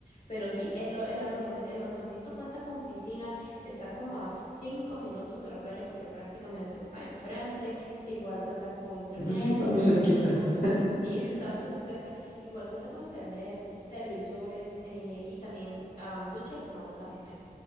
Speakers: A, on the left; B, on the left.
A: Pero sí, el, lo- el aloja- el alojamiento cuenta con piscina, está como a cinco minutos de la playa porque prácticamente está enfrente. Igual cuenta con internet,
B: Pues sí, está muy
A: televisor.
B: cerquita.
A: Sí, <laughs> está bastante cerca. Igual cuenta con internet televisores eh, y también am, ducha con agua caliente.